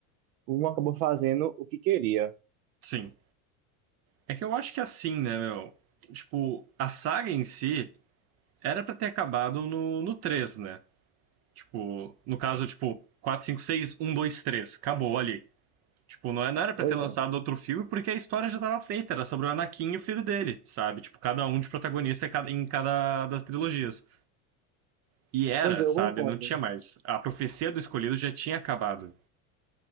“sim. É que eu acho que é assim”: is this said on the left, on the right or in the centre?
Right